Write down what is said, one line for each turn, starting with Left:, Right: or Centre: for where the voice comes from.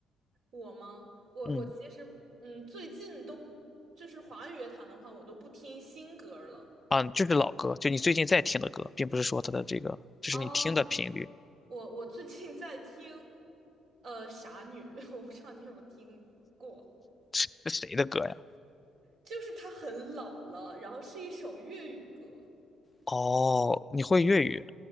Right: 我吗？我我其实，
Left: 嗯，
Right: 嗯，最近都就是华语乐坛的话，我都不听新歌儿了。
Left: 啊，就是老歌，就你最近在听的歌，并不是说它的这个，就是你听的频率，
Right: 哦，我我最近在听，呃，傻女，<laughs> 我不知道你有没有听过，
Left: 是谁的歌呀？
Right: 就是她很老了，然后是一首粤语歌，
Left: 哦，你会粤语，